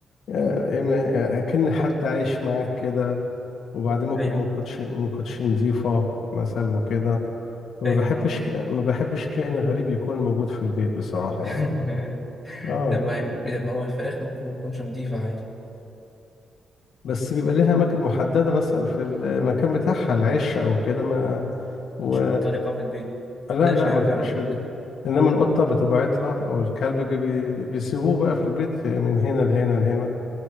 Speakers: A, on the left (about 65°); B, in the centre.
A: آه، ما- آه، أكن حد عايش معاك كده وبعدين ممكن
B: ايوه
A: ما كنتش ما كنتش نضيفة مثلا وكده فما
B: فاهم
A: بحبش
B: اه
A: ما بحبش كائن غريب يكون موجود في البيت بصراحة
B: <laughs>
A: يعني اه
B: طب ما طب ما هو الفراخ ممكن ما تكونش نظيفة عادي
A: بس بيبقى ليها أماكن محددة مثلا في المكان بتاعها العش أو كده ما و...
B: مش منطلقة في البيت
A: لا
B: متلاقيش
A: لا
B: نايمة
A: ما
B: جنبك
A: تبقاش في البيت إنما القطة بطبيعتها أو الكلب بي... بي- بيسيبوه بقى في البيت من هنا لهنا لهنا